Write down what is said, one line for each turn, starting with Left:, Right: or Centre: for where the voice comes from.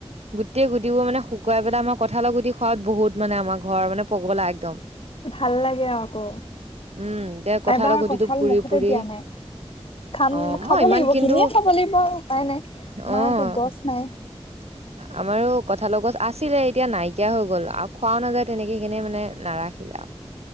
Right: গোটেই গুটিবোৰ মানে শুকুৱাই পেলাই <unintelligible> কঁঠালৰ গুটি খোৱাত বহুত মানে আমাৰ ঘৰ মানে পগলা একদম।
Left: ভাল লাগে আকৌ
Right: উম এতিয়া কঁঠালৰ
Left: এবাৰ
Right: গুটিটো
Left: কঠাল
Right: পুৰি
Left: মুখতে
Right: পুৰি
Left: দিয়া নাই। খাম
Right: অ',
Left: খাব
Right: মই ইমান
Left: লাগিব
Right: কিন্তু
Left: কিনিয়ে খাব লাগিব আৰু উপাই নাই
Right: অ',
Left: আমাৰতো গছ নাই।
Right: <inaudible> আমাৰো কঁঠাল গছ আছিলে এতিয়া নাইকিয়া হৈ গ'ল আৰু খোৱাও নাযায় তেনেকে সেকেনে মানে নাৰাখিলে আৰু।